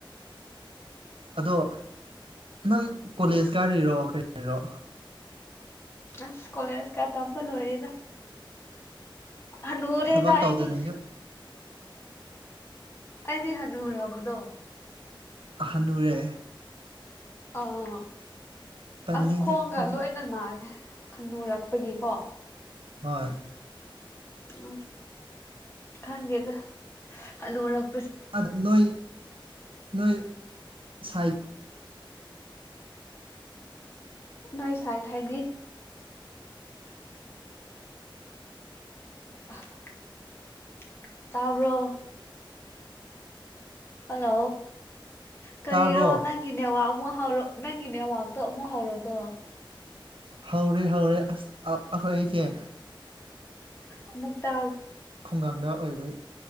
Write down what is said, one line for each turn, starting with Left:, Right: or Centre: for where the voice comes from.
Right: ꯑꯗꯣ ꯅꯪ ꯀꯣꯂꯦꯖꯀꯔꯤꯔꯣ ꯀꯔꯤꯔꯣ
Left: ꯑꯁ ꯀꯣꯂꯦꯖꯀ ꯇꯝꯕ ꯂꯣꯏꯔꯦꯗ ꯍꯅꯔꯗꯥꯏꯗꯤ
Right: ꯊꯕꯛ ꯇꯧꯗꯅ ꯌꯨꯝ
Left: ꯑꯩꯗꯤ ꯍꯅꯨ ꯎꯔꯕꯗꯣ
Right: ꯑꯍꯅꯨꯔꯦ
Left: ꯑꯥ
Right: ꯇꯜꯂꯦꯗ
Left: ꯑꯁ ꯈꯣꯡꯒ
Right: ꯑꯗꯨꯗꯤ
Left: ꯂꯣꯏꯅ ꯅꯥꯔꯦ ꯈꯟꯗꯣꯔꯛꯄꯒꯤꯀꯣ
Right: ꯍꯣꯏ
Left: ꯑ ꯈꯪꯗꯦꯗꯅꯔꯛ
Right: ꯑ ꯅꯣꯏ ꯅꯣꯏ ꯁꯥꯏ
Left: ꯅꯣꯏ ꯆꯥꯏ ꯊꯥꯏꯗꯤ <unintelligible> ꯇꯥꯕ꯭ꯔꯣ ꯍꯜꯂꯣ ꯀꯔꯤꯔꯣ
Right: ꯇꯥꯕ꯭ꯔꯣ
Left: ꯅꯪꯒꯤꯅꯦ ꯋꯥ ꯑꯃꯨꯛ ꯍꯧꯔꯛ ꯅꯪꯒꯤꯅꯦ ꯋꯥꯥꯛꯇꯣ ꯑꯃꯨꯛ ꯍꯧꯔꯕꯣ
Right: ꯍꯧꯔꯦ ꯍꯧꯔꯦ ꯑꯁ ꯑꯩꯈꯣꯏ ꯑꯩꯁꯦ
Left: ꯑꯃꯨꯛꯇꯛꯇ
Right: ꯈꯨꯡꯒꯪꯗ ꯑꯣꯏꯕꯩ